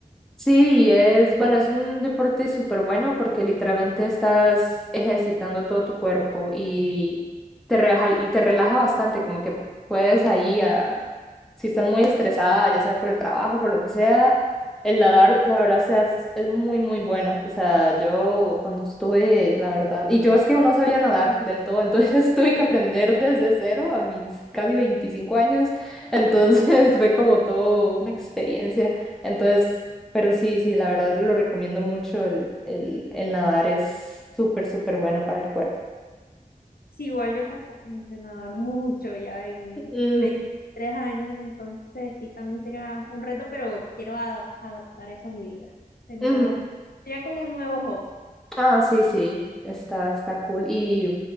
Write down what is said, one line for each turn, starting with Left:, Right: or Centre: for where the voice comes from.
Centre: Sí, es, bueno, es un deporte súper bueno porque literalmente estás ejercitando todo tu cuerpo y te relaja, te relaja bastante, como que puedes ahí a, si estás muy estresada, ya sea por el trabajo, por lo que sea, el nadar, la verdad, sea, es es muy, muy bueno. O sea, yo cuando estuve, la verdad, y yo es que no sabía nadar del todo, entonces <laughs> tuve que aprender desde cero a mis casi 25 años, entonces <laughs> fue como todo una experiencia. Entonces, pero sí, sí, la verdad lo recomiendo mucho, el, el, el nadar es súper, súper bueno para el cuerpo.
Left: Sí, igual yo tampoco no sé nadar mucho ya en mis
Centre: Mm,
Left: 23 años, entonces sí, también sería un reto, pero quiero adap- adaptar eso a mi vida. De nuevo,
Centre: ujú.
Left: sería como un nuevo hobby.
Centre: Ah, sí, sí, está, está cool. ¿Y